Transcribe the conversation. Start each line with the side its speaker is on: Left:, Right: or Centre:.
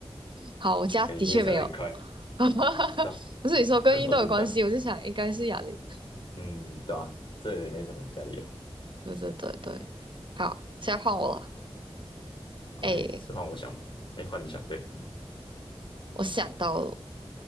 Right: 好，我家的确没有。
Left: 哎，你也猜的很快，
Right: <laughs> 哈哈，
Left: 对啊，
Right: 不是你说跟运动有关系，
Left: 很少增加。
Right: 我就想应该是哑铃。
Left: 嗯，对啊，这也没什么人家里有。
Right: 对对对对，好，现在换我了。
Left: OK，
Right: 哎，
Left: 是换我想嘛？哎，换你想，对。
Right: 我想到了，